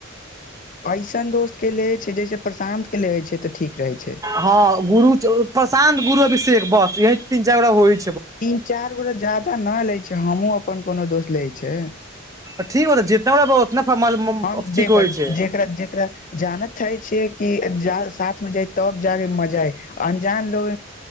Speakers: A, on the left (about 40°); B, on the right (about 15°).
A: ऐसन दोस्त के ले छैय जैसे प्रशान्त के लेै छैय तऽ ठीक रहै छैय।
B: हँ गुरु प्रशान्त गुरु अभीसेेक बस यह तीन चारि गो होही
A: तीन चार गोटा जदा न लै छैय हमहु अपन कोनो दोस्त लै छैय।
B: आ ठीक हो त जितना बा <unintelligible>
A: हम
B: ठीक
A: देख
B: होइ छै
A: जेकरा जेकरा जानत चाहे छियै कि ज साथ में जाइ तब जगे मजा आय अनजान लोग